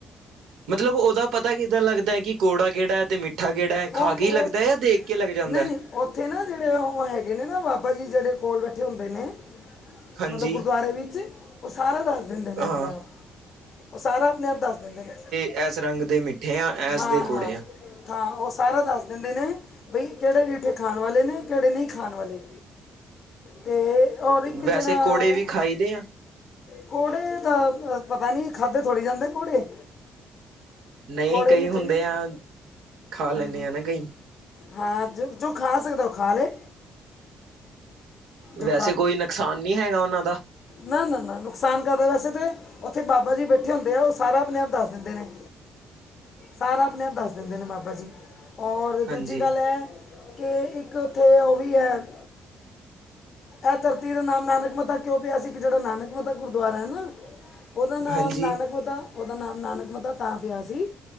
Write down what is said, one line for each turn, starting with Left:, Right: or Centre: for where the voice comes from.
Right: ਮਤਲਬ ਉਹਦਾ ਪਤਾ ਕਿੱਦਾਂ ਲੱਗਦਾ ਐ, ਕਿ ਕੌੜਾ ਕਿਹੜਾ ਐ ਤੇ ਮਿੱਠ ਮਿੱਠਾ ਕੇੜਾ, ਖਾ
Left: ਉਹ
Right: ਕੇ ਲੱਗਦਾ
Left: ਉਹ
Right: ਏ, ਜਾਂ ਦੇਖ ਕੇ ਲੱਗ ਜਾਂਦਾਂ?
Left: ਨਹੀਂ ਨਹੀਂ ਉੱਥੇ ਨਾ ਜਿਹੜੇ ਉਹ ਹੈਗੇ ਨੇ ਨਾ ਬਾਬਾ ਜੀ, ਜਿਹੜੇ ਕੋਲ ਬੈਠੇ ਹੁੰਦੇ ਨੇ
Right: ਹਾਂਜੀ
Left: ਮਤਲਬ ਗੁਰਦੁਆਰੇ ਵਿੱਚ, ਉਹ ਸਾਰਾ ਦੱਸ ਦਿੰਦੇ ਨੇ
Right: ਹਾਂ
Left: ਆਪਣੇ ਆਪ ਉਹ ਸਾਰਾ, ਆਪਣੇ ਆਪ ਦੱਸ ਦਿੰਦੇ ਨੇ।
Right: ਏਸ ਰੰਗ ਦੇ ਮਿੱਠੇ ਆਂ, ਏਸ
Left: ਹਾਂ
Right: ਦੇ ਕੋੜੇ
Left: ਹਾਂ
Right: ਆਂ।
Left: ਹਾਂ ਉਹ ਸਾਰਾ ਦੱਸ ਦਿੰਦੇ ਨੇ, ਬਈ ਕਿਹੜੇ ਰੀਠੇ ਖਾਣ ਵਾਲੇ ਨੇ, ਕਿਹੜੇ ਨਹੀਂ ਖਾਣ ਵਾਲੇ। ਤੇ ਔਰ ਇੱਕ ਜਿਹੜਾ
Right: ਵੈਸੇ ਕੋੜੇ ਵੀ ਖਾਈਦੇ ਆ?
Left: ਕੋੜੇ ਦਾ ਅ ਪਤਾ ਨਹੀਂ, ਖਾਧੇ ਥੋੜ੍ਹੀ ਜਾਂਦੇ ਕੋੜੇ।
Right: ਨਹੀਂ
Left: ਕੋੜੇ
Right: ਕਈ
Left: ਰੀਠੇ
Right: ਹੁੰਦੇ
Left: ਨਹੀਂ।
Right: ਆਂ, ਖਾ ਲੈਂਨੇ
Left: ਹਾਂਜੀ
Right: ਆਂ ਨਾ ਕਈ
Left: ਹਾਂ, ਜ ਜੋ ਖਾ ਸਕਦਾ, ਉਹ ਖਾ ਲੇ। ਜੋ
Right: ਵੈਸੇ ਕੋਈ, ਨੁਕਸਾਨ ਨੀਂ ਹੈਗਾ ਉਹਨਾਂ ਦਾ?
Left: ਨਾ-ਨਾ-ਨਾ, ਨੁਕਸਾਨ ਕਾਹਦਾ ਵੈਸੇ ਤੇ ਉੱਥੇ ਬਾਬਾ ਜੀ ਬੈਠੇ ਹੁੰਦੇ ਆ, ਉਹ ਸਾਰਾ ਆਪਣੇ ਆਪ ਦੱਸ ਦਿੰਦੇ ਨੇ। ਸਾਰਾ ਆਪਣੇ ਆਪ ਦੱਸ ਦਿੰਦੇ ਨੇ ਬਾਬਾ ਜੀ, ਔਰ
Right: ਹਾਂਜੀ
Left: ਦੂਜੀ ਗੱਲ ਐ ਕਿ, ਇੱਕ ਉੱਥੇ ਉਹ ਵੀ ਹੈ। ਇਹ ਧਰਤੀ ਦਾ ਨਾਮ ਨਾਨਕਮਤਾ ਕਿਉਂ ਪਿਆ ਸੀ, ਜਿਹੜਾ ਨਾਨਕਮਤਾ ਗੁਰਦੁਆਰਾ ਹੈ ਨਾ ਉਹਦਾ ਨਾਮ
Right: ਹਾਂਜੀ
Left: ਨਾਨਕਮਤਾ, ਉਹਦਾ ਨਾਮ ਨਾਨਕਮਤਾ ਤਾਂ ਪਿਆ ਸੀ।